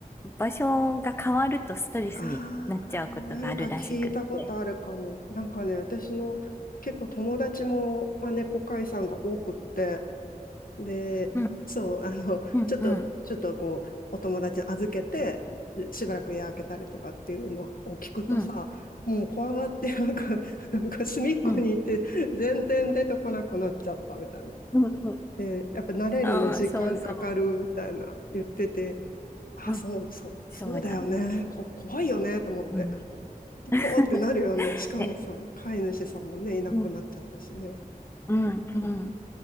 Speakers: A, on the left; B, on the left.
A: 場所が変わるとストレスになっちゃうことがあるらしくって。
B: ああ、なんか聞いたことあるかも。なんかね、私の結構友達も、まあ、猫飼いさんが多くって、で、
A: うん
B: そう、あの、<laughs>
A: うんうん
B: ちょっと、ちょっとこう、お友達預けて、しばらく家開けたりとかっていうのを聞くとさ、
A: うん
B: もう怖がって、なんか、<laughs> なんか隅っこに行って、
A: うん
B: 全然出てこなくなっちゃったみたいな。
A: うんうん。
B: で、やっぱ慣れるの時間かかるみたいな言ってて、
A: ああ、そうそ
B: あ、
A: う。うん、
B: そう、そう、
A: そうだね。
B: そうだよね。こ、怖いよね、と思って。
A: うん。
B: どこってなるよね。
A: <laughs>
B: しかもさ、
A: で
B: 飼い主さんもね、いなくなっちゃったしね。
A: うんうんうん。